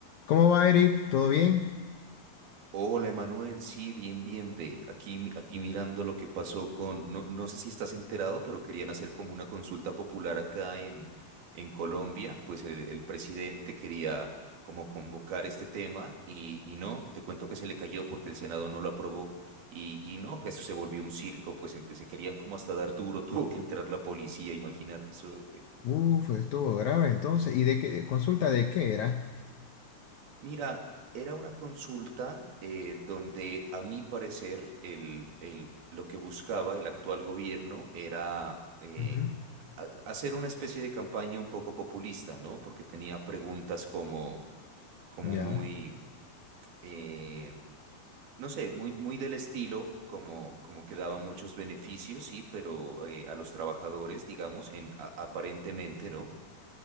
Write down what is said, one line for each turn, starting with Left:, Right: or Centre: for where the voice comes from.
Left: ¿Cómo va, Eric? ¿Todo bien?
Right: Hola, Emanuel. Sí, bien, bien, ve. Aquí, mi- aquí mirando lo que pasó con, no, no sé si estás enterado, pero querían hacer como una consulta popular acá en, en Colombia. Pues el, el presidente quería como convocar este tema y, y no, te cuento que se le cayó porque el Senado no lo aprobó y, y no, eso se volvió un circo, pues empe- se querían como hasta dar duro, <laughs> tuvo que entrar la policía, imagínate, eso,
Left: Uf, estuvo grave entonces. ¿Y de qué? ¿Consulta de qué era?
Right: Mira, era una consulta eh, donde, a mi parecer, el, el- lo que buscaba el actual gobierno era eh,
Left: Ujú,
Right: ha- hacer una especie de campaña un poco populista, ¿no? Porque tenía preguntas como, como
Left: Ya.
Right: muy, eh, no sé, muy, muy del estilo, como, como que daba muchos beneficios, sí, pero eh, a los trabajadores, digamos, en, a- aparentemente, ¿no?